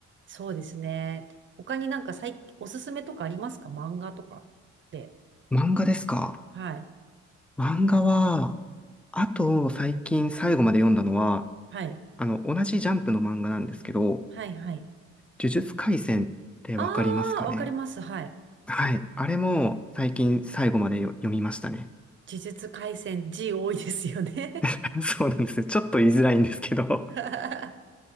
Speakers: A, on the right; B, in the centre.
A: そうですね。他になんか最おすすめとかありますか漫画とかで。
B: 漫画ですか
A: はい。
B: 漫画は、あと最近最後まで読んだのは、
A: はい。
B: あの、同じジャンプの漫画なんですけど、
A: はい、はい。
B: 呪術廻戦ってわかりますかね
A: ああ、わかります。はい。
B: はい。あれも最近最後までよ読みましたね。
A: 呪術廻戦 G 多いですよね。
B: <laughs> そうなんですよ。ちょっと言いづらいんですけど。
A: <laughs> は